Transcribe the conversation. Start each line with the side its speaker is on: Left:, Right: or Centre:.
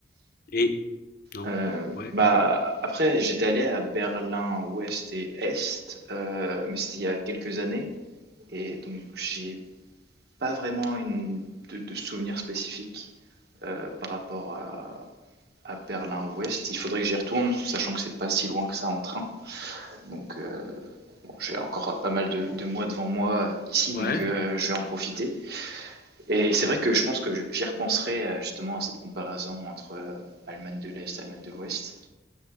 Left: Et non,
Right: Euh,
Left: ouais,
Right: bah, après, j'étais allé à Berlin-Ouest et Est, euh, mais c'était il y a quelques années, et donc j'ai pas vraiment une, de, de souvenirs spécifiques euh, par rapport à, à Berlin-Ouest. Il faudrait que j'y retourne, sachant que c'est pas si loin que ça en train. Donc euh, bon, j'ai encore pas mal de, de mois devant moi euh, ici,
Left: ouais.
Right: donc euh, je vais en profiter. Et c'est vrai que je pense que je- j'y repenserai euh, justement à cette comparaison entre euh, Allemagne de l'Est, et Allemagne de l'Ouest.